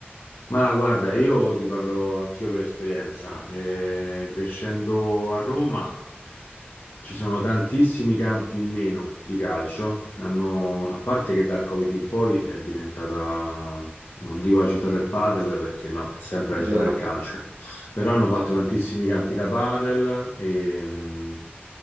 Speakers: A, on the left (about 80°); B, on the right (about 65°).
A: Ma guarda, io ti parlo anch'io per esperienza. Eh, crescendo a Roma ci sono tantissimi campi in meno di calcio. Hanno- a parte che dal Covid in poi è diventata, non dico la città del padel perché no, è sempre
B: È vero.
A: la città del calcio
B: <laughs>
A: però hanno fatto tantissimi campi da padel e, mh,